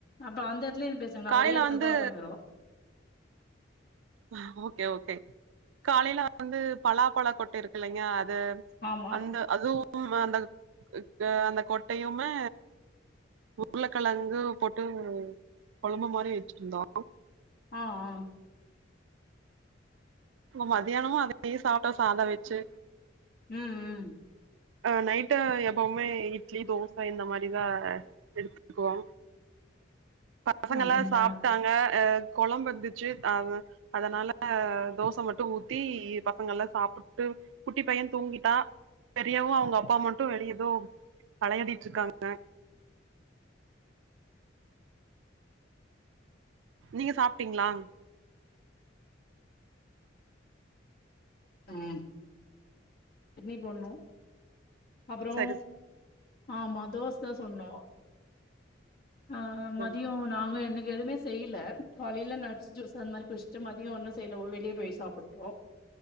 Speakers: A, on the left; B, on the right.
A: அப்ப அந்த எடத்துலயே இருந்து பேசுங்க நா
B: காலையில
A: ஒரே எடத்துல
B: வந்து
A: தா உக்காந்துகுறோ
B: அஹ் ஓகே ஓகே காலையில வந்து பலா பழா கொட்ட இருக்கு இல்லைங்கா அ அது
A: ஆமா
B: அந்த அதுவு <unintelligible> அந்தக் க்கு அந்த கொட்டையுமே உருளக்கெழங்கு போட்டு கொழம்பு மாரி வெச்சிருந்தோ
A: ஆ ஆ
B: ம மாதியானமு அதே சாப்ட்டோ சாத வெச்சு
A: ம் ம்
B: அ நைட்டா எப்பவுமே இட்லி தோச இந்த மாரிதா எடுத்துட்டுத்க்குவோ பசங்கல்லா
A: அப்டிங்களா
B: சாப்ட்டாங்க அ கொழம்பு இருந்துச்சு ஆ அதனால தோச மட்டு ஊத்தி பசங்கல்லா சாப்புட்டுட் டு குட்டி பைய தூங்கிட்டா பெரியவு அவங்க அப்பா மட்டு வெளிய எதோ வெளையாடிட்ருக்காங்க நீங்க சாப்ட்டீங்களா
A: ம் இட்னி போட்ணு அப்புறோ
B: சரி
A: ஆமா தோச சொன்னோ ஆ
B: சரி
A: மதியோ நாங்க என்னிக் கு எதுவுமே செய்யுல காலையில நட்ஸ் ஜூஸ் அந்த மாரி குச்சட்டு மதியோ ஒன்னு செய்ல உ வெளியே போய் சாப்பிட்டோ